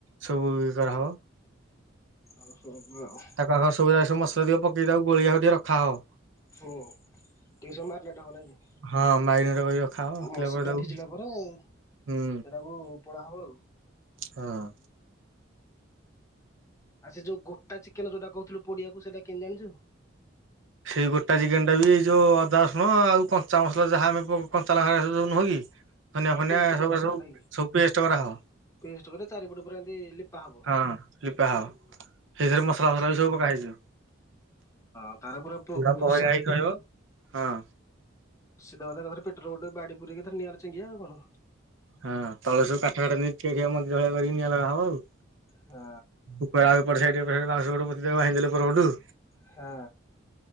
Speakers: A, on the right (about 70°); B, on the left (about 15°).
A: ସବୁ ଇଏ କରାହବ।
B: ଆଉ ସବୁ ଆଉ
A: ତାକ ଆଗ ସବୁଯାକ ସବୁ ସବୁ ମସ ିକ ପକେଇ ତାକୁ ଗୋଳିଆଇକି ରଖା ହବ
B: ହୁଁ ଟିକେ ସମୟ ମାରିନେଟ ହବ ନାଇଁ କି
A: ହଁ ମାରିନେଟ କରି ରଖାହବ ରଖିଲା
B: ମସଲା
A: ପରେ
B: ଟା
A: ତାକୁ
B: ଭିଜିଲା ପରେ ସେଟାକୁ
A: ହୁଁ
B: ପଢା ହବ ଆଉ
A: ହଁ।
B: ଆ ସେ ଯୋଉ ଗୋଟା ଚିକେନ ଯୋଉଟା କହୁଥିଲୁ ପୋଡ଼ିବାକୁ କୁ ସେଇଟା କେମତି ଜାଣିଛୁ?
A: ସେଇ ଗୋଟା ଚିକେନ ଟା ବି ଏଇ ଯୋଉ ଅଦା ରସୁଣ ଆଉ କଞ୍ଚା ମସଲା ଯାହା ଆମେ କଞ୍ଚା ଲଙ୍କା ସୁ ନୁହଁ କି ଧାନିଆ
B: ତା
A: ଫନିଆ
B: ପେଷ୍ଟ କରିଦବ
A: ସବୁ
B: ପୁରା
A: ସବୁ
B: ନାଇଁ କି?
A: ସବୁେଷ୍ଟ କରା ହବ
B: ପେଷ୍ଟ କରିକି ଚାରିପଟ ପ ଏମତି ଲିପା ହବ
A: ହଁ ଲିପା ହବ ସେଇଥିରେ ମସଲା
B: ହଁ
A: ଫସଲା ବି ସବୁ ପକା ହେଇଯିବ।
B: <inaudible> ତ ଗୁହୁସହ
A: ପୁରା ବହଳିଆ ହେଇକି
B: <inaudible>
A: ରହିବ। ହଁ।
B: କ ପେଟରେ ରୋଡ ବାଡି ପୁରେଇକି ନିଆଁରେ ଚଙ୍ଗିଆ ଆଉ କଣ?
A: ହଁ ତଳେ ସବୁ କାଠ ବାଟ ନେଇ ସେଠଆ <inaudible> କରିକି ନିଆ ଲଗା ହବ ଆଉ
B: ହଁ
A: ଉପରେ ଆରେ ପଡ ସାଇଡ୍ <inaudible> ଭା ଦେେ ପଡୁ
B: ହଁ